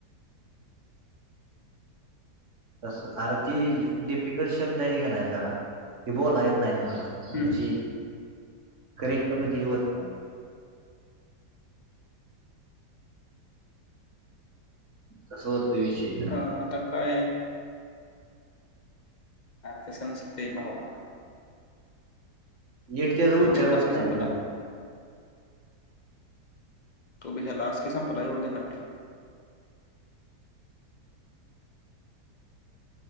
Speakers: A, on the right (about 45°); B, on the left (about 35°).
A: तस अरे ती डिफिकल्ट शब्द आहे ती नाही का जरा. ती बोलाय येत नाही र मला.
B: हम्म.
A: अशी करेक्ट म्हणजे हे होत नाही. तसा होतोय विषय. तर
B: आं आता काय? तसं नसतंय भावा
A: नीट तेच उच्चार
B: तू भेलास
A: होत
B: की
A: नाही
B: संपला
A: कीर.
B: तू भेलास की संपला एवढ ध्यानात ठेव.